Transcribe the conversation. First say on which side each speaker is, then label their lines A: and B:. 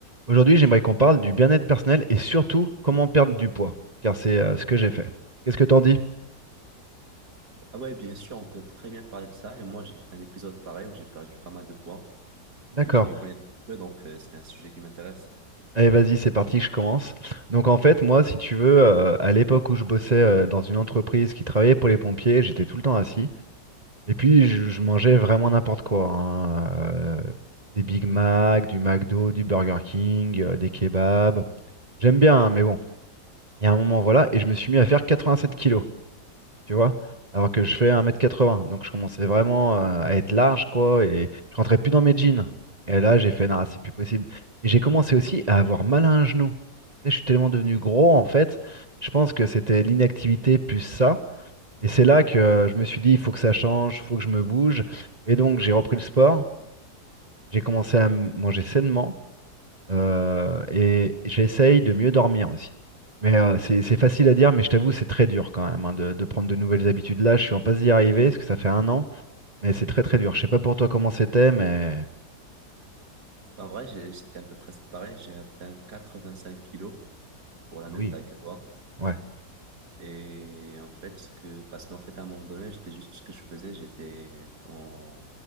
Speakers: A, on the right; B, on the right.
A: Aujourd'hui, j'aimerais qu'on parle du bien-être personnel et surtout comment perdre du poids, car c'est euh, ce que j'ai fait. Qu'est-ce que t'en dis?
B: Ah ouais, bien sûr, on peut très bien parler de ça. Et moi, j'ai fait un épisode pareil où j'ai perdu pas mal de poids
A: D'accord.
B: et je m'y connais un petit peu, donc euh, c'est un sujet qui m'intéresse.
A: Allez, vas-y, c'est parti, je commence. Donc en fait, moi, si tu veux, euh, à l'époque où je bossais euh, dans une entreprise qui travaillait pour les pompiers, j'étais tout le temps assis. Et puis, je, je mangeais vraiment n'importe quoi. hein, euh, des Big Mac, du McDo, du Burger King, euh, des kebabs. J'aime bien, hein, mais bon, il y a un moment, voilà, et je me suis mis à faire 87 kilos. tu vois. Alors que je fais 1m80, donc je commençais vraiment euh, à être large, quoi, et je rentrais plus dans mes jeans. Et là, j'ai fait, non, c'est plus possible. Et j'ai commencé aussi à avoir mal à un genou. Tu sais, Je suis tellement devenu gros, en fait, je pense que c'était l'inactivité plus ça. Et c'est
B: Mhm.
A: là que euh, je me suis dit, il faut que ça change, il faut que je me bouge. Et donc, j'ai repris le sport, j'ai commencé à m- manger sainement. Euh, et j'essaye de mieux dormir aussi. Mais euh, c'est c'est facile à dire, mais je t'avoue, c'est très dur quand même hein, de, de prendre de nouvelles habitudes. Là, je suis en passe d'y arriver, parce que ça fait un an, mais c'est très très dur. Je sais pas pour toi comment c'était, mais
B: Bah, en vrai, j'ai- j'étais un peu presque pareil. J'ai atteint 85 kilos pour la même
A: oui,
B: taille que toi.
A: ouais,
B: Et en fait, ce que, parce qu'en fait, à un moment donné, j'étais juste ce que je faisais. J'étais en,